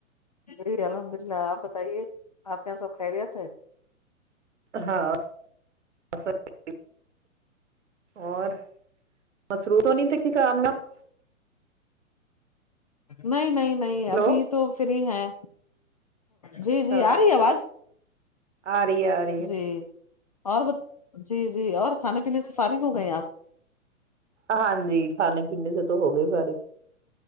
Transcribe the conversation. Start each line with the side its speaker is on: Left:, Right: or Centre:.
Left: جی الحمد اللہ آپ بتائیے آپ کے یہاں سب خیریت ہے
Right: ہاں <unintelligible> اور مصروف تو نہیں تھےکسی کام میں آپ
Left: نہیں نہیں نہیں
Right: ہیلو
Left: ابھی تو فری ہیں
Right: اچھا
Left: جی جی آ رہی ہے آواز
Right: آ رہی ہے آرہی ہے
Left: جی اور بت جی جی اور کھانے پینے سے فارغ ہو گئے ہیں آپ
Right: ہاں جی کھانے پینے سے تو ہو گئے فارغ